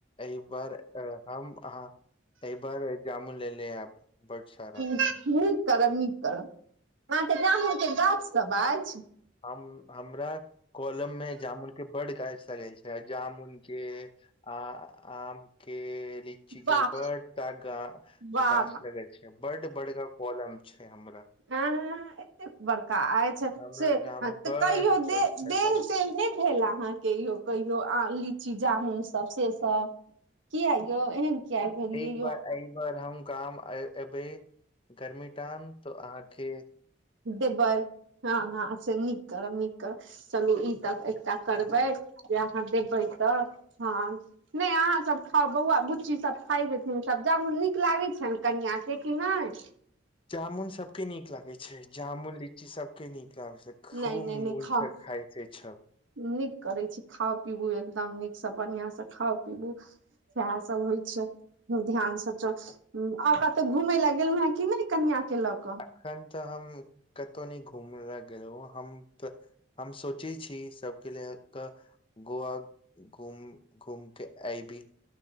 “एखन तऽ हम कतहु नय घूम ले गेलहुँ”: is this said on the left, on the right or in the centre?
Left